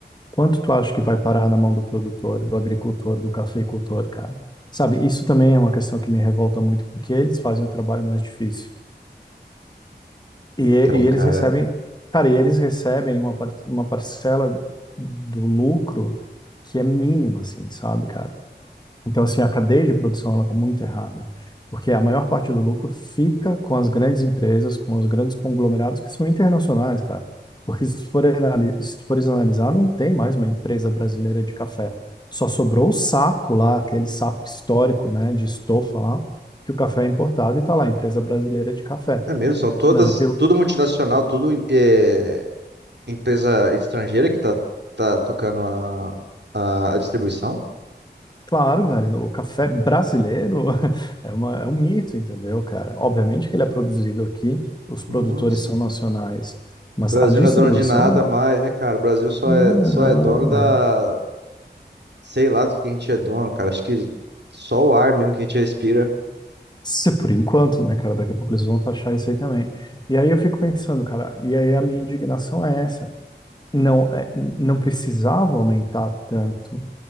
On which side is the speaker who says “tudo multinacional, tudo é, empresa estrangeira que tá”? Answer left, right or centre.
Right